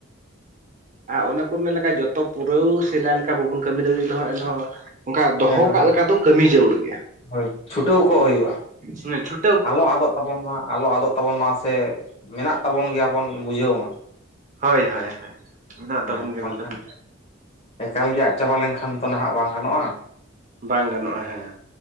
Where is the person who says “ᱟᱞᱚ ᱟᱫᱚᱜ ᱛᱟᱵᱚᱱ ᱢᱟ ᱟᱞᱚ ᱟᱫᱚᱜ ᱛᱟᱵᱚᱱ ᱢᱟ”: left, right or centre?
Left